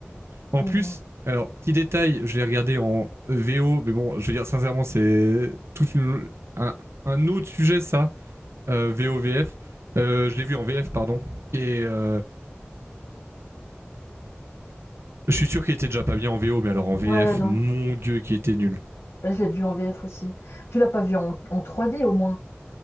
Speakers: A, on the right; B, on the left.
A: en
B: Oh
A: plus,
B: non.
A: alors, petit détail, je l'ai regardé en VO, mais bon, je veux dire, sincèrement, c'est tout une, un, un, autre sujet, ça, euh, VO-VF. Euh, je l'ai vu en VF, pardon. Et euh, je suis sûr qu'il était déjà pas bien en VO, mais alors en VF,
B: Ouais, non.
A: mon Dieu, qui était nul.
B: Bah, Je l'ai vu en VF aussi. Tu l'as pas vu en, en trois d au moins?